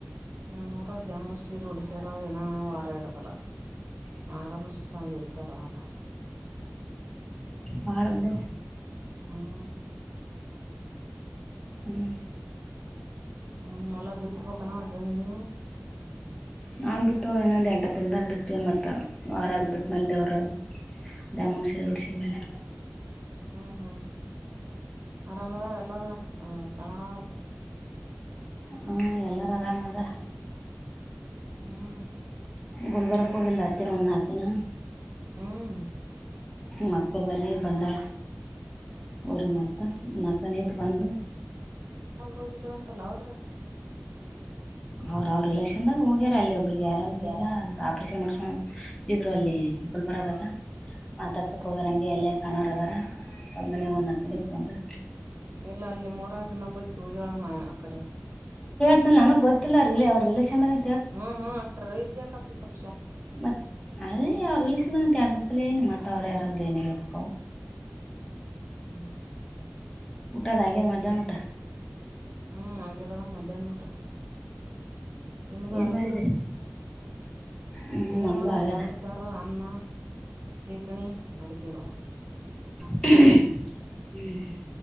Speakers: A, on the right; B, on the left.
A: ನಮ್ಮೂರಾಗ ದ್ಯಾಮೋ ಸೀರಿ ಉಡಸ್ಯಾರ ಏನ ವಾರ ಇಡ್ದಲ್ಲ ನ ಆರಾಮಷ ಸಾವಂತ ಎಡ್ತಾರ ಆರ
B: ಬಹಳ ಗಡ
A: ಹ್ಮ್
B: ಹ್ಮ್
A: ಹ್ಮ್ ಮಲ್ಲ ಬಿತ್ತ ಪಕಣ ಜಲ್ ನೀವು
B: ನಾವು ಬಿತ್ತು ಇನೊಂದು ಎಂಟು ದಿನದಾಗ ಬಿತ್ತವಿ ಮತ್ತು ವಾರಾದ ಬಿಟ್ಟ್ಲೆ ದೇವ್ರಾಗ ದೇಮ್ಮವಗ ಸಿರಿ ಉಡಿಸಿದ ಮೇಲೆ
A: ಹ್ಮ್ ಹ್ಮ್ ಆರಾಮದ್ರ ಎಲ್ಲಾರ ಹ್ಮ ಸಣ್ಣವರ
B: ಹ್ಮ್ ಎಲ್ಲರ ಆರಾಮದಾರ
A: ಹ್ಮ್
B: ಗುಲ್ಬರ್ಕ್ ಹೋಗಿಲ್ ಅತ್ತಿರ ಒಂದ್ ನಾಕ್ ದಿನ
A: ಹ್ಮ
B: ಮಕ್ಕು ಬಲಿ ಬಂಧಳ
A: ಹ್ಮ್
B: ರಿ ಮಾತ ನತ ನೀ ಬಂದು
A: ಹೋಗಿದ್ರ ಅಂತಲ್ಲ ಅವ್ರ ಯಾರು
B: ಅವ್ರ ಅವ್ರ ರಿಲೆಕ್ಷನ್ದಾಗ ಹೋಗ್ಯಾರ ಅಲ್ಲಿ ಒಬ್ಬ್ರಿಗೆ ಆರಾಮ್ ಇದದಿಲ್ಲಾ
A: ಯಾರ
B: ಆಪರೇಷನ್ ಮಾಡ್ಸ್ಕೋ ಇದ್ರು ಅಲ್ಲಿ ಗುಲ್ ಬರದಾಗ ಮಾತಾಡ್ಸಕ್ಕೆ
A: ಹ್ಮ್
B: ಹೋಗಿರಂಗೆ ಎಲ್ಲೇ ಸಣ್ಣ್ರು ಅದಾರ ಅವದ್ರ ಮೇನೆ ಒಂದು ಹತನಿ ಇದು ಬಂದು
A: ಎಲ್ಲ ಅಲ್ಲಿಮ್ಮ ಹೊರಗ ನ ಬಕ್ ಹ ಹೇಳಮ್ಮನೆ ಆ ಕಡೆ
B: ಇ ನನಗಗ್ ಗೊತ್ತಿಲ್ಲರಿ ಅವ್ರ ರಿೇಷನ್ದಾಗ
A: ಹ್ಮ್ ಹ್ಮ ಅಟ್ರೈ ಯಕತ ಚಲ
B: ಮತ್ತ ಅದೇ ಅವ್ರ ರಿಲಷನ್ಂತ ಎರ ಮೂರು ಸಲೇ ಹೇಳೇನೇ ಮತ್ತ ಅವ್ರ ಯಾರಂದ ಏನ್ ಹೇಳ ಅಕ
A: ಹ್ಮ್
B: ಊಟಾ ಅದ ಆಗೇದ ಮದ್ಯಾನ ಊಟಾ
A: ಹ್ಮ್ ಆಗ್ಯದ ಮಧ್ಯಾಹ್ನಊಟ ನಿಮ್ದು
B: ಏನ್
A: ಆಗ್ಯದಲ್ಲ.
B: ಮಾಡಿದಿರಿ ಹ್ಮ್
A: ಏನ್
B: ನಮ್ದು
A: ಮೇಡಮ್
B: ಆಗ್ಯದ
A: ತಮಾಟಿ ಸಾರ ಅನ್ನ ಹ ಶೀಕಣಿ ಮಾಡಿದ್ದೀವಿ ನೋಡ
B: ಹ್ಮ್ ಹ್ಮ